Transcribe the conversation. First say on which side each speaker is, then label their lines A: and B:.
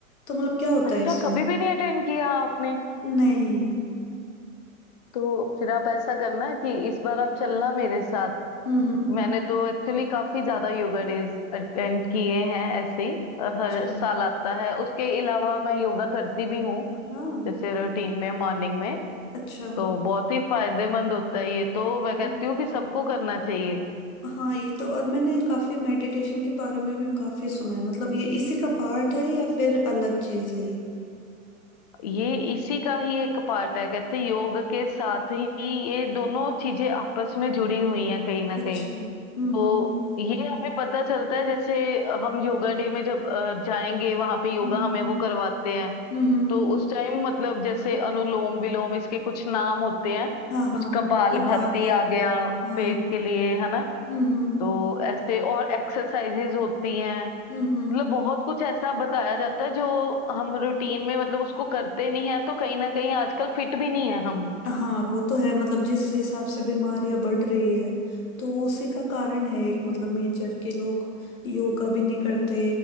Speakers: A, on the left; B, on the left.
A: तो मतलब क्या होता
B: अच्छा
A: है इसमें
B: कभी भी नहीं अटेंड किया आपने
A: नहीं
B: तो फिर आप ऐसा करना कि इस बार आप चलना मेरे साथ
A: हम्म हम्म
B: मैंने तो एक्चुअली काफी ज्यादा योगा डेज अटेंड किए हैं ऐसे ही
A: अच्छा
B: हर साल आता है उसके अलावा मैं योगा करती भी हूँ
A: हाँ
B: जैसे रूटीन में मॉर्निंग में
A: अच्छा
B: तो बहुत ही फायदेमंद होता है ये तो मैं कहती
A: हम्म,
B: हूँ कि सबको करना चाहिए
A: हाँ ये तो और मैंने काफी मेडिटेशन के बारे में भी काफी सुना है मतलब ये इसी का पार्ट है या फिर अलग चीज है ये
B: ये इसी का ही एक पार्ट है कहते हैं योग के साथ ही ये दोनों चीजें आपस में जुड़ी हुई हैं कहीं ना
A: अच्छा
B: कहीं
A: हम्म
B: तो
A: हम्म
B: ये हमें पता चलता है जैसे हम योगा डे में जब अ, जाएंगे वहां पे योगा
A: हम्म
B: हमें वो करवाते हैं
A: हम्म हम्म।
B: तो उस टाइम मतलब जैसे अनुलोम विलोम इसके कुछ नाम होते हैं
A: हाँ हाँ
B: कुछ कपाल
A: कपाल
B: भाती
A: भाती
B: आ गया
A: हाँ
B: पेट
A: हाँ
B: के लिए है ना
A: हम्म हम्म
B: तो ऐसे और एक्सरसाइजेज होती हैं
A: हम्म, हम्म।
B: मतलब बहुत कुछ ऐसा बताया जाता है जो हम रूटीन में मतलब उसको करते नहीं है तो कहीं ना कहीं आजकल फिट भी नहीं है हम
A: हाँ वो तो है मतलब जिस हिसाब से बीमारियां बढ़ रही है तो वो उसी का कारण है एक मतलब मेजर के लोग योगा भी नहीं करते